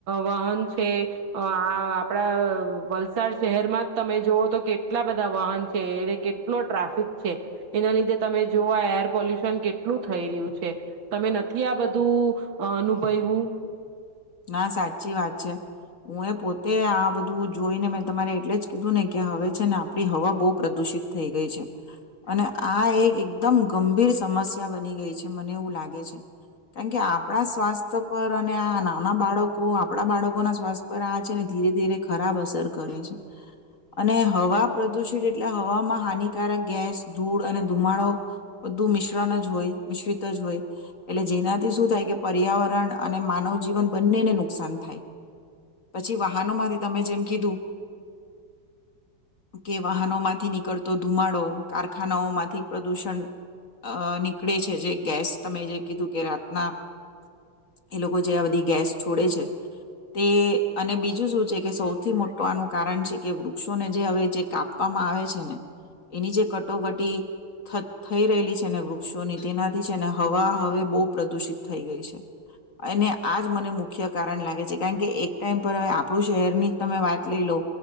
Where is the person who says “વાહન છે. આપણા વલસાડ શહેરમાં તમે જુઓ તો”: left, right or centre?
Right